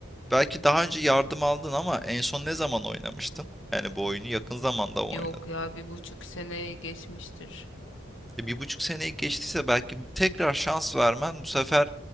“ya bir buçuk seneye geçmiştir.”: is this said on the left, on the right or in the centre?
Left